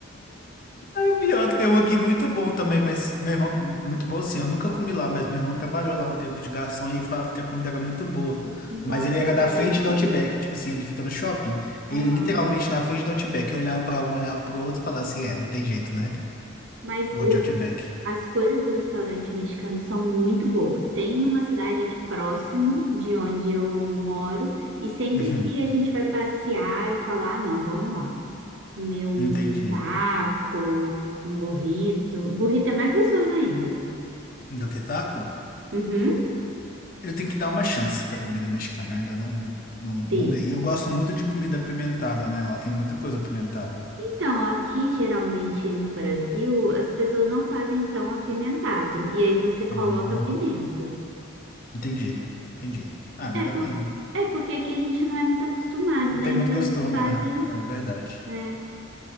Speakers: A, on the left (about 45°); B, on the right (about 65°).
A: O Pior é que tem um aqui muito bom também, mas meu irmão, muito bom assim, eu nunca comi lá, mas meu irmão trabalhou lá um tempo de garçom e ele falava que a comida era muito boa.
B: <laughs> Nossa,
A: Mas ele era
B: você
A: da
B: deve
A: frente do
B: ir.
A: Outback, tipo assim, ele fica no shopping,
B: Aham.
A: ele literalmente na frente do Outback. Eu olhava pra um, olhava pro outro e falava assim, é, não tem jeito,
B: É.
A: né?
B: Mas
A: Vou
B: o,
A: de Outback.
B: As coisas do restaurante mexicano são muito boas. Tem numa cidade aqui próximo de onde eu moro, e sempre
A: Uhum,
B: que a gente vai passear, eu falo: ah, não, vamos lá. Comer um,
A: entendi.
B: um taco, um burrito. Burrito é mais gostoso ainda.
A: Do que taco?
B: Uhum.
A: Eu tenho que dar uma chance pra comida mexicana. Eu ainda não, não,
B: B.
A: não dei. E eu gosto muito de comida apimentada, né? Lá tem muita coisa apimentada.
B: Então, aqui geralmente no Brasil, as pessoas não fazem tão apimentado, e aí você coloca
A: Hum.
B: pimenta.
A: Entendi, entendi. Ah, melhor
B: É, por...
A: ainda.
B: é porque aqui a gente não é muito acostumado,
A: Não
B: né?
A: tem
B: Então
A: muito costume,
B: eles fazem.
A: né? É verdade.
B: é.